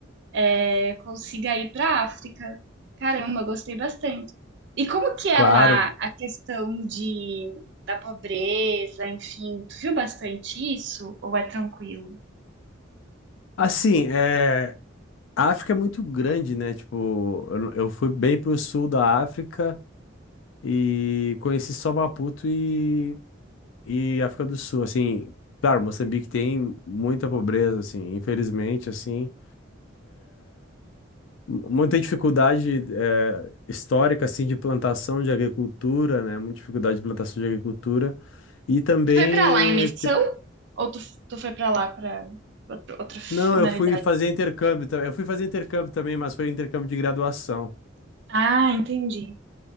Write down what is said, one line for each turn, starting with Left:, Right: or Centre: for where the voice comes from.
Right: é, consiga ir para a África. Caramba, gostei bastante. E como que é
Left: Claro.
Right: lá a questão de, da pobreza, enfim, tu viu bastante isso ou é tranquilo?
Left: Assim, é, a África é muito grande, né? Tipo, eu, não- eu fui bem pro sul da África e conheci só Maputo e, e África do Sul, assim. Claro, Moçambique tem muita pobreza, assim, infelizmente, assim. Muita dificuldade eh, histórica assim de plantação de agricultura, né? Muita dificuldade de plantação de agricultura. E também,
Right: Tu foi para lá em missão
Left: te-
Right: ou tu, tu foi para lá para outra, outra finalidade?
Left: não, eu fui fazer intercâmbio, ta- eu fui fazer intercâmbio também, mas foi intercâmbio de graduação.
Right: Ah, entendi.